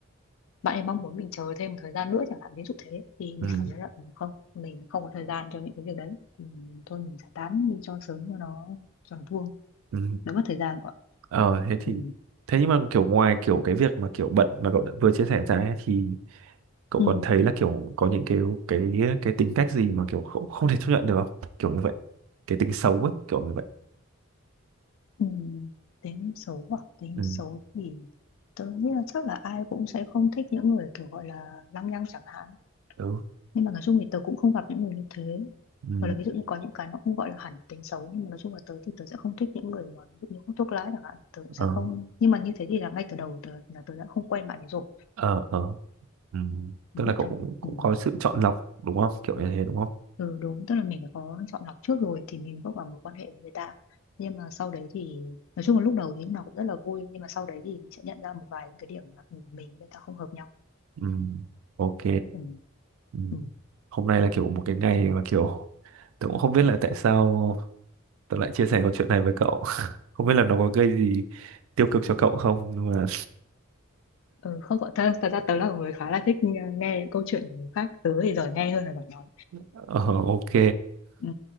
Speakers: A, on the left; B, on the right.
A: bạn ấy mong muốn mình chờ thêm một thời gian nữa chẳng hạn ví dụ thế thì mình
B: Ừ.
A: cảm thấy là ừ, không mình không có thời gian cho những cái việc đấy thì thôi mình giải tán đi cho sớm cho nó cho nó vuông
B: Ừ.
A: đỡ mất thời gian của bạn.
B: ờ thế thì
A: ừ.
B: thế nhưng mà kiểu ngoài kiểu cái việc mà kiểu bận mà cậu đã vừa chia sẻ ra ấy, thì cậu
A: Ừ.
B: còn thấy là kiểu có những cái cái cái tính cách gì mà kiểu không, không thể chấp nhận được không kiểu như vậy cái tính xấu ấy kiểu như vậy
A: Ừ. Tính xấu à tính
B: ừ
A: xấu thì tôi nghĩ là chắc là ai cũng sẽ không thích những người kiểu gọi là lăng nhăng chẳng hạn
B: ừ
A: nhưng mà nói chung thì tớ cũng không gặp những người như thế
B: ừ
A: hoặc là ví dụ như có những cái nó không gọi là hẳn là tính xấu nhưng mà nói chung là tớ thì tớ sẽ không thích những người mà ví dụ như hút thuốc lá chẳng hạn tớ sẽ
B: ờ
A: không nhưng mà như thế thì là ngay từ đầu tớ là tớ đã không quen bạn ấy rồi
B: ờ ờ Ừ.
A: ví
B: Tức là
A: dụ
B: cậu
A: thế
B: cũng cũng
A: ừ.
B: có sự chọn lọc đúng không? Kiểu như thế đúng không?
A: ừ đúng tức là mình phải có chọn lọc trước rồi thì mình bước vào mối quan hệ với người ta nhưng mà sau đấy thì nói chung là lúc đầu thì lúc nào cũng rất là vui nhưng mà sau đấy thì mình sẽ nhận ra một vài những cái điểm mà ừ, mình với người ta không hợp nhau
B: Ừ. Ok.
A: ừ.
B: Ừ.
A: Ừ.
B: Hôm nay là kiểu một cái ngày mà kiểu <laughs> tớ cũng không biết là tại sao tớ lại chia sẻ câu chuyện này với cậu. <laughs> Không biết là nó có gây gì tiêu cực cho cậu không nhưng mà
A: Ừ, không có thật thật ra tớ là một người khá là thích nghe nghe câu chuyện của người khác tớ thì giỏi nghe hơn là giỏi nói
B: <laughs> ờ, ok.
A: ừ.